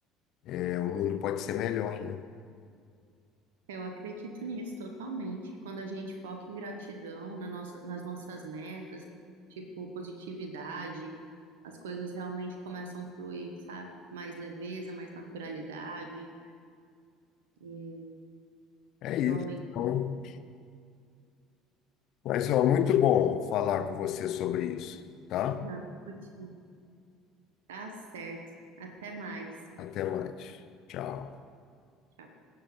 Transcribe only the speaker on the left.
é, o mundo pode ser melhor, né?
É isso.
Então, mas ó, muito bom falar com você sobre isso, tá?
Até mais. Tchau.